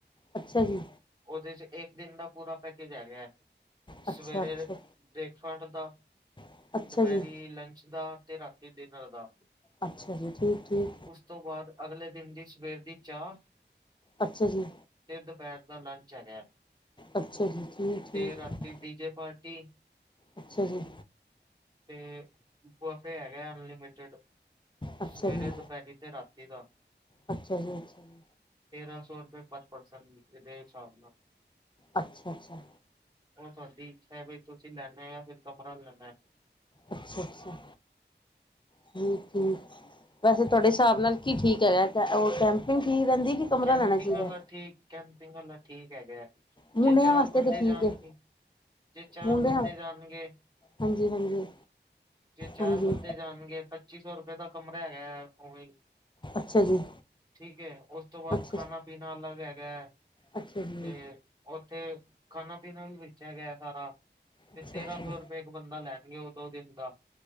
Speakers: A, on the left; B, on the right.
A: ਅੱਛਾ ਜੀ
B: ਉਹਦੇ ਚ ਇੱਕ ਦਿਨ ਦਾ ਪੂਰਾ ਪੈਕੇਜ ਹੈਗਾ। ਸਵੇਰੇ
A: ਅੱਛਾ-ਅੱਛਾ
B: ਬ੍ਰੇਕਫਾਸਟ ਦਾ।
A: ਅੱਛਾ ਅੱਛਾ
B: ਦੁਪਹਿਰੀ
A: ਜੀ
B: ਲੰਚ ਦਾ ਤੇ ਰਾਤੀ ਡਿਨਰ ਦਾ।
A: ਅੱਛਾ ਜੀ ਠੀਕ-ਠੀਕ।
B: ਉਸ ਤੋਂ ਬਾਅਦ ਅਗਲੇ ਦਿਨ ਦੀ ਸਵੇਰ ਦੀ ਚਾਹ
A: ਅੱਛਾ ਜੀ
B: ਤੇ ਦੁਪਹਿਰ ਦਾ ਲੰਚ ਹੈਗਾ
A: ਅੱਛਾ ਜੀ ਠੀਕ-ਠੀਕ
B: ਤੇ ਰਾਤੀ ਡੀਜੇ ਪਾਰਟੀ
A: ਅੱਛਾ ਜੀ।
B: ਤੇ ਬਫੇ ਹੈਗਾ ਅਨਲਿਮਟਡ।
A: ਅੱਛਾ
B: ਸਵੇਰੇ,
A: ਜੀ
B: ਦੁਪਹਿਰੀ ਤੇ ਰਾਤੀ ਦਾ।
A: ਅੱਛਾ ਜੀ ਅੱਛਾ ਜੀ
B: ਤੇਰਾਂ ਸੌ ਰੁਪਏ ਪਰ ਪਰਸਨ ਡੇਢ ਸੌ
A: ਅੱਛਾ-ਅੱਛਾ
B: ਉਹ ਤੁਹਾਡੀ ਇੱਛਾ ਬਈ ਤੁਸੀਂ ਲੈਣਾ ਜਾਂ ਫਿਰ ਕਮਰਾ ਲੈਣਾ।
A: ਅੱਛਾ-ਅੱਛਾ ਠੀਕ-ਠੀਕ। ਵੈਸੇ ਤੁਹਾਡੇ ਹਿਸਾਬ ਨਾਲ ਕੀ ਠੀਕ ਹੈ ਰਿਹਾ ਕ ਉਹ ਕੈਂਪਿੰਗ ਠੀਕ ਰਹਿੰਦੀ ਕਿ ਕਮਰਾ
B: ਕੈਂਪਿੰਗ
A: ਲੈਣਾ ਚਾਹੀਦਾ
B: ਵਾਲਾ ਠੀਕ ਕੈਂਪਿੰਗ ਵਾਲਾ ਠੀਕ ਹੈਗੇ।
A: ਮੁੰਡਿਆਂ
B: ਜੇ ਚਾਰ
A: ਵਾਸਤੇ
B: ਬੰਦੇ
A: ਤਾਂ ਠੀਕ
B: ਜਾਣਗੇ,
A: ਹੈ
B: ਜੇ ਚਾਰ
A: ਮੁੰਡਿਆਂ
B: ਬੰਦੇ ਜਾਣਗੇ
A: ਹਾਂਜੀ ਹਾਂਜੀ
B: ਜੇ ਚਾਰ
A: ਹਾਂਜੀ
B: ਬੰਦੇ ਜਾਣਗੇ ਪੱਚੀ ਸੌ ਰੁਪਏ ਦਾ ਕਮਰਾ ਹੈਗਾ ਹੈ।
A: ਅੱਛਾ ਜੀ
B: ਠੀਕ ਹੈ ਉਸ ਤੋਂ ਬਾਅਦ
A: ਅੱਛਾ
B: ਖਾਣਾ ਪੀਣਾ ਅਲੱਗ ਹੈਗਾ ਹੈ
A: ਅੱਛਾ ਜੀ
B: ਤੇ ਉੱਥੇ ਖਾਣਾ ਪੀਣਾ ਵੀ ਵੇਚਿਆ ਗਿਆ ਸਾਰਾ
A: ਅੱਛਾ
B: ਤੇ ਤੇਰਾਂ
A: ਅੱਛਾ
B: ਸੌ ਰੁਪਏ ਇੱਕ ਬੰਦਾ ਲੈਣਗੇ ਉਹ ਦੋ ਦਿਨ ਦਾ